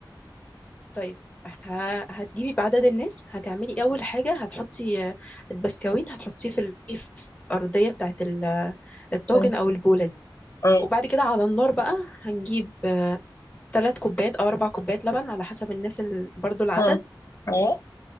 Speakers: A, on the left; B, on the left.
A: طيب ه... هتجيبي بعدد الناس هتعملي اول حاجة هتحطي آه، البسكويت هتحطيه في ال- في الارضية بتاعت ال- آه، الطاجن
B: مم.
A: او البولة دي
B: مم.
A: وبعد كده على النار بقى هنجيب ثلاث كوبايات او اربع كوبايات لبن على حسب الناس ال... برضو العدد
B: مم. مم.